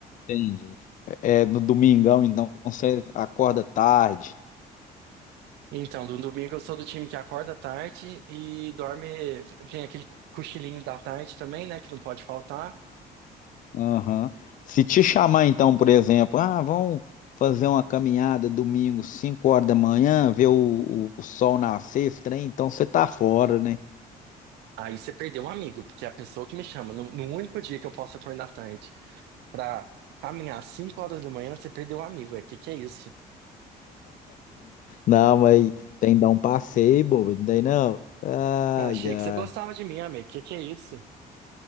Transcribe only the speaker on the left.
entendi. É, no domingão, então, você acorda tarde,
Aham. Se te chamar, então, por exemplo, ah, vamos fazer uma caminhada domingo, 5 horas da manhã, ver o, o, o sol nascer, esse trem, então você tá fora, né?
Não, mas tem que dar um passeio, bobo, não tem não? Ai,
ai.